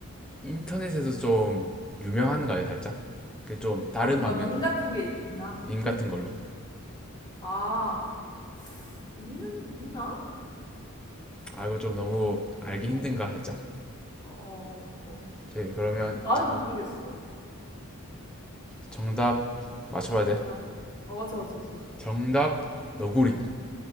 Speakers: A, in the centre; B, on the left (about 20°).
A: 인터넷에서 좀 유명한가요, 살짝? 그 좀 다른
B: 아, 뭔가
A: 방면으로,
B: 밈 같은 게 있나?
A: 밈 같은 걸로.
B: 아, 있는, 있나?
A: 아, 이거 좀 너무 알기
B: 어,
A: 힘든가 살짝?
B: 어, 어, 어. 어.
A: 오케이, 그러면.
B: 나는 모르겠어.
A: 정답 맞춰봐야 돼.
B: 정답. 어, 맞춰, 맞춰, 맞춰.
A: 정답 너구리.
B: 어.